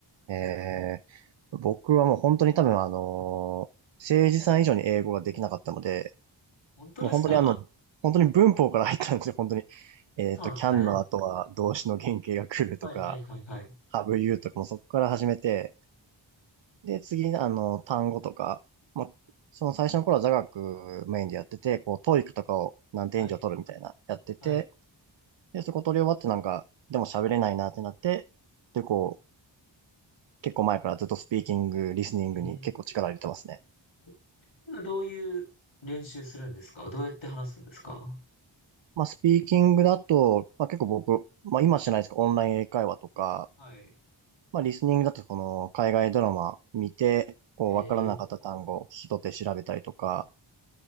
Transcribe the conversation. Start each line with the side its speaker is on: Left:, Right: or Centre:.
Right: ええ僕はもう本当に多分あのー、政治さん以上に英語ができなかったので、
Left: 本当ですか
Right: もう本当にあの、本当に文法から入ったんですよ、本当に。えっと、
Left: そうなんですね。
Right: can の後は動詞の原型が来るとか、
Left: はいはいはいはい。
Right: have you とかもそこから始めて、で、次にあの、単語とか、まあ、その最初の頃は座学メインでやってて、こう、ト o e とかを何点以上取るみたいな、
Left: はい。
Right: やってて、
Left: はい。
Right: で、そこ取り終わってなんか、でも喋れないなってなって、で、こう、結構前からずっとスピーキング、リスニングに結構力入れてますね。
Left: えー、え今どういう練習するんですかどうやって話すんですか
Right: まあ、スピーキングだと、まあ、結構僕、まあ、今しないですけど、オンライン英会話とか、
Left: はい。
Right: まあ、リスニングだと、この、海外ドラマ見て、こう、
Left: えー、
Right: わからなかった単語、聞き取って調べたりとか、